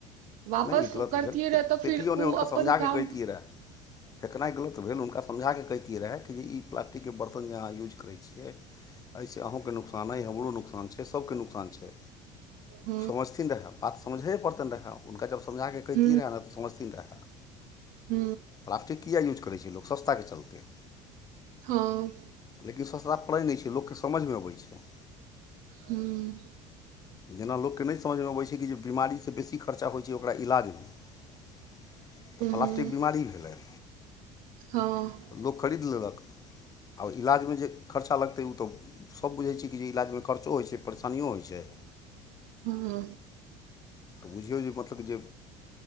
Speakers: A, on the right; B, on the left.
A: वापस
B: नहि ई गलत
A: करतिए
B: भेल फेक
A: रह तऽ
B: फेकियौ
A: फिर
B: नहि
A: ओ
B: हुनका
A: अपन
B: समझा कऽ
A: काम
B: कहितियै रहए फेकनाइ गलत भेल हुनका समझाके कहितियै रहै कि जे ई प्लास्टिकके बर्तन जे अहाँ यूज करै छियै एहिसँ अहूँके नोककसान अइ हमरो नोकसान छै सबके नोककसान छै
A: ह
B: समझथिन रहैब बात समझैे पड़तनि रहऽ हुनका जब समझाकऽ कैहतिये
A: ह ह
B: रहऽ ने तऽ समझती रहऽ
A: ह
B: प्लास्टिक किएक यूज करै छै लोक सस्ताके चलतै
A: हँ
B: लेकिन सस्ता पड़ै नहि छै लोककेँ समझमे अबै छै
A: हूँ
B: जेना लोककेँ नहि समझमे अबै छै कि जे बमारीसँ बेसी ख खर्चा होय छै ओकरा इलाज मे प्लास्टिक
A: ह
B: बीमारी भेलय
A: हँ
B: तऽ लोक खरीद लेलक आओर इलाजमे जे खर्चा लगतै ओ तऽ सब बुझै छियै कि जे इलाजमे खरचो होइ छै परेशानियो होइ छै
A: हू
B: तऽ बुझियौ जे मतलब जे